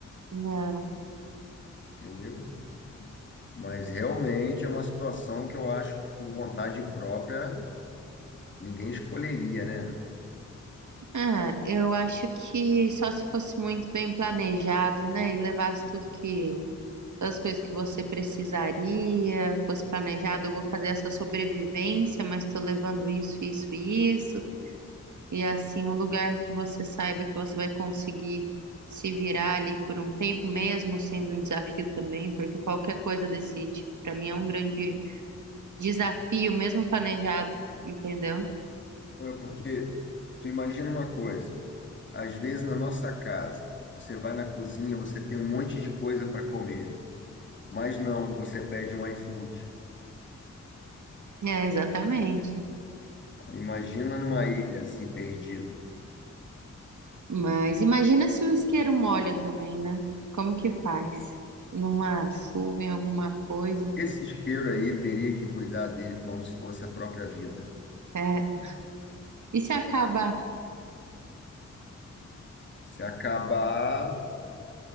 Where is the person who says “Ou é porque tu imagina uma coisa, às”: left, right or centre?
Left